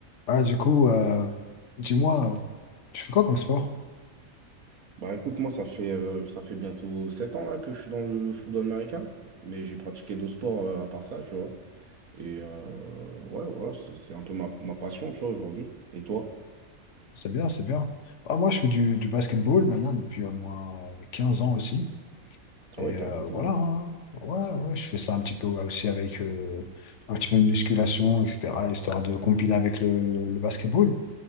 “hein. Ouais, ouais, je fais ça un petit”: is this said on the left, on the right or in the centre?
Left